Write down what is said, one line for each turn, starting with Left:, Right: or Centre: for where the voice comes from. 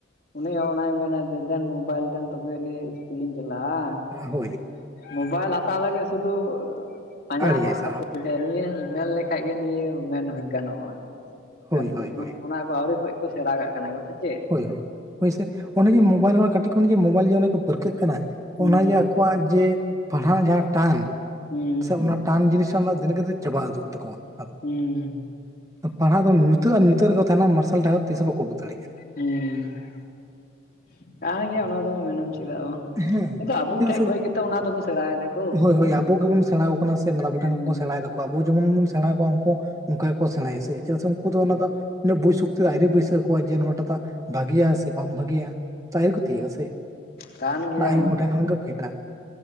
Left: ᱩᱱᱤ ᱦᱚᱸ ᱚᱱᱟᱭ ᱢᱮᱱᱟ ᱫᱮᱱ ᱢᱳᱵᱟᱭᱤᱞ ᱫᱮᱱ ᱛᱚᱵᱮ ᱮᱱᱟ ᱤᱥᱠᱩᱞᱤᱧ ᱪᱟᱞᱟᱜ-ᱟ᱾
Right: ᱦᱳᱭ
Left: ᱢᱳᱵᱟᱭᱤᱞ ᱦᱟᱛᱟᱣ ᱞᱟᱹᱜᱤᱫ ᱥᱩᱫᱩ ᱯᱟᱸᱡᱟ
Right: ᱟᱲᱮᱭᱟᱭ ᱥᱟᱞᱟ
Left: ᱵᱟ ᱱᱤᱭᱟᱹ ᱢᱮᱱ ᱞᱮᱠᱷᱟᱡ ᱜᱮ ᱱᱤᱭᱟᱹ ᱢᱮᱱ ᱜᱟᱱᱚᱜ-ᱟ ᱾
Right: ᱦᱳᱭ ᱦᱳᱭ
Left: <inaudible>
Right: ᱦᱳᱭ
Left: ᱚᱱᱟ ᱠᱚ ᱟᱹᱣᱨᱤ ᱠᱷᱚᱡ ᱠᱚ ᱥᱮᱬᱟ ᱠᱟᱜ ᱠᱟᱱᱟ ᱠᱚ ᱥᱮ ᱪᱮᱫ᱾
Right: ᱦᱳᱭ-ᱦᱳᱭ, ᱦᱳᱭ ᱥᱮ ᱚᱱᱮ ᱡᱮ ᱢᱳᱵᱟᱭᱤᱞ ᱠᱟᱹᱴᱤᱡ ᱠᱷᱚᱱ ᱡᱮ ᱢᱳᱵᱟᱭᱤᱞ ᱡᱮ ᱚᱱᱮ ᱠᱚ ᱯᱟᱹᱨᱠᱟᱹᱜ ᱠᱟᱱᱟ
Left: ᱦᱩᱸ
Right: ᱚᱱᱟ ᱡᱮ ᱟᱠᱚᱣᱟᱜ ᱡᱮ ᱯᱟᱲᱦᱟᱜ ᱡᱟᱦᱟᱸ ᱴᱟᱱ <inaudible>
Left: ᱦᱩᱸ
Right: ᱥᱮ ᱚᱱᱟ ᱴᱟᱱ ᱡᱤᱱᱤᱥ ᱨᱮᱱᱟᱜ ᱫᱤᱱ ᱠᱮ ᱫᱤᱱ ᱪᱟᱵᱟ ᱩᱫᱩᱜ ᱛᱟᱠᱚᱣᱟ᱾ ᱟᱫᱚ
Left: ᱦᱮᱸ ᱾
Right: ᱯᱟᱲᱦᱟᱜ ᱫᱚ ᱧᱩᱛᱟᱹᱛ ᱟᱨ ᱧᱩᱛᱟᱹᱛ ᱨᱮᱜᱮ ᱠᱚ ᱛᱟᱦᱮᱱᱟ ᱢᱟᱨᱥᱟᱞ ᱰᱟᱦᱟᱨ ᱫᱚ ᱛᱤᱥ ᱦᱚᱸ ᱵᱟᱠᱚ ᱟᱜᱩ ᱫᱟᱲᱮᱭᱟᱜ-ᱟ ᱾
Left: ᱦᱮᱸ, <inaudible> ᱠᱟᱱ ᱜᱮᱭᱟ ᱚᱱᱟ ᱫᱚ ᱢᱮᱱᱟᱢ ᱪᱮᱫᱟᱜ ᱵᱟᱝ᱾
Right: ᱦᱮᱸ
Left: ᱠᱤᱱᱛᱩ ᱟᱵᱚ
Right: ᱪᱮᱫᱟᱜ
Left: ᱴᱷᱮᱡ
Right: ᱥᱮ
Left: ᱠᱷᱚᱡ ᱜᱮᱛᱚ ᱚᱱᱟ ᱫᱚᱠᱚ ᱥᱮᱬᱟᱭ ᱫᱟᱠᱚ
Right: ᱦᱳᱭ-ᱦᱳᱭ ᱟᱵᱚ ᱜᱮᱵᱚᱱ ᱥᱮᱬᱟᱸᱣ ᱟᱠᱚ ᱠᱟᱱᱟ ᱥᱮ ᱢᱟᱨᱟᱝ ᱠᱚ
Left: ᱦᱮᱸ
Right: ᱴᱷᱮᱱ ᱠᱷᱚᱱ ᱠᱚ ᱥᱮᱬᱟᱭ ᱮ ᱾ ᱠᱚ ᱟᱵᱚ ᱡᱮᱢᱚᱱ ᱵᱚᱱ ᱥᱮᱬᱟ ᱦᱟᱠᱚᱣᱟ ᱩᱱᱠᱩ ᱦᱚᱸ ᱚᱱᱠᱟ ᱜᱮᱠᱚ ᱥᱮᱬᱟᱭᱟ ᱥᱮ ᱪᱮᱫᱟᱜ ᱥᱮ ᱩᱱᱠᱩ ᱫᱚ ᱚᱱᱟ ᱫᱚ ᱩᱱᱟᱹᱜ ᱵᱩᱡ ᱥᱚᱠᱛᱮ ᱫᱚ ᱟᱹᱣᱨᱤ ᱵᱟᱹᱭᱥᱟᱹᱣ ᱟᱠᱚᱣᱟ ᱡᱮ ᱱᱚᱣᱟᱴᱟᱜ ᱫᱚ ᱵᱷᱟᱹᱜᱮᱭᱟ ᱥᱮ ᱵᱟᱝ ᱵᱷᱟᱹᱜᱤᱭᱟ ᱛᱚ ᱟᱹᱭᱨᱤ ᱠᱚ ᱛᱤᱭᱟᱹᱜᱟ ᱥᱮ᱾
Left: ᱠᱟᱱ ᱜᱮᱭᱟ
Right: ᱚᱱᱟ ᱟᱭᱩ ᱠᱚᱴᱷᱮᱱ ᱠᱷᱚᱱ ᱜᱮ ᱯᱷᱮᱰᱟ ᱾